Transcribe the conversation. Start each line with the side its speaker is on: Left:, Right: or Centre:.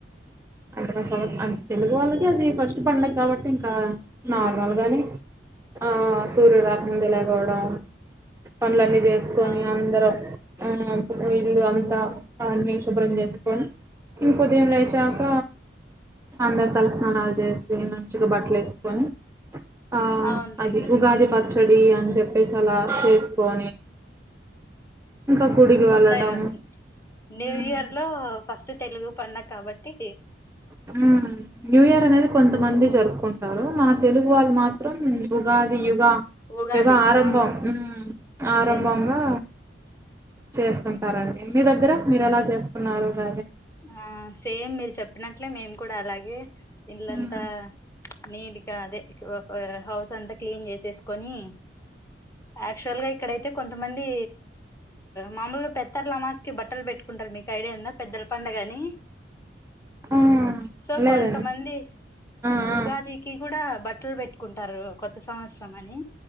Right: అంటే మా స అ తెలుగు వాళ్ళకి అది ఫస్ట్ పండుగ కాబట్టి ఇంకా నార్మల్గానే ఆ సూర్యుడు రాకముందే లెగవడం పన్లన్ని చేసుకొని
Left: అవునవును
Right: అందరం ఆ ఇల్లు అంతా అన్నీ శుభ్రం చేసుకొని ఇంకొదిన లేచాక అందరు తలస్నానాలు చేసి మంచిగా బట్టలు వేసుకొని ఆ
Left: అవునులేండి
Right: అది ఉగాది పచ్ పచ్చడి అని చెప్పేసి అలా చేసుకోని ఇంకా గుడికి వెళ్ళడం
Left: కొత్త న్యూ
Right: ఉమ్,
Left: ఇయర్ లో ఫస్ట్ తెలు తెలుగు పండుగ కాబట్టి
Right: ఉమ్ న్యూ ఇయర్ అనే కొంతమంది జరుపుకున్ వాళ్ళు మనకి తెలుగు వాళ్ళు మాత్రం ఉగాది యుగ
Left: ఉగాది
Right: యుగ ఆరంభం
Left: ఆ
Right: ఉ ఆరంభంగా
Left: ఎస్
Right: చేస్తుంటారండి మీ దగ్గర మీరు ఎలా చేసుకున్నారు ఉగాది
Left: ఆ సేమ్ మిర్ చెప్పినట్లే మేము కూడా అలాగే ఇళ్లంతా
Right: ఉమ్
Left: నీటిగా అదే ఒక హౌస్ అంతా క్లీన్ చేసేసుకొని యాక్చువల్ గా ఇక్కడైతే కొంతమంది మామూలుగా పెత్తర్లమాస్కి బట్టలు పెట్టుకుంటారు మీకు గైడ పండగని
Right: ఉమ్
Left: సో
Right: లేదండి
Left: కొంతమంది
Right: ఆ ఆ
Left: ఉగాదికి కూడా బట్టలు పెట్టుకుంటారు కొత్త సంవత్సరం అని